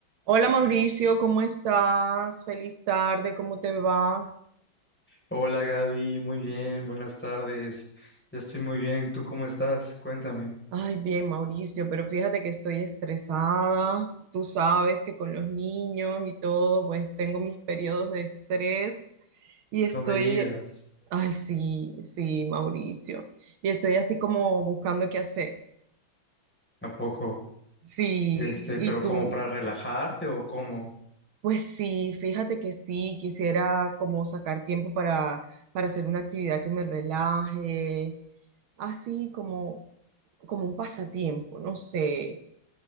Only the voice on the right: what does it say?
Hola Mauricio, ¿cómo estás? Feliz tarde, ¿cómo te va?
Ay, bien Mauricio, pero fíjate que estoy estresada. Tú sabes que con los niños y todo, pues tengo mis periodos de estrés y estoy,
ay, sí, sí, Mauricio, y estoy así como buscando qué hacer.
Sí,
¿y
tú?
Pues sí, fíjate que sí, quisiera como sacar tiempo para, para hacer una actividad que me relaje así como como un pasatiempo, no sé.